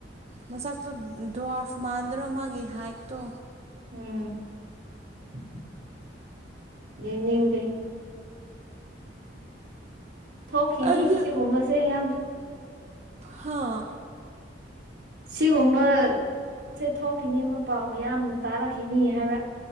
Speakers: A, on the right; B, on the right.
A: ꯃꯁꯛꯇꯣ ꯗ꯭ꯋꯥꯔꯐ ꯃꯥꯟꯗ꯭ꯔꯣ ꯃꯥꯒꯤ ꯍꯥꯏꯠꯇꯣ
B: <unintelligible> ꯌꯦꯡꯅꯤꯡꯗꯦ ꯊꯣꯛꯈꯤꯅꯤ
A: ꯑꯩꯗꯤ
B: ꯁꯤꯒꯨꯝꯕꯁꯦ ꯌꯥꯝ
A: ꯍ
B: ꯁꯤꯒꯨꯝꯕ ꯁꯦ ꯊꯣꯛꯈꯤꯅꯤꯕ ꯄꯥꯎ ꯃꯌꯥꯝ ꯇꯥꯔꯛꯈꯤꯅꯤ ꯍꯥꯏꯕ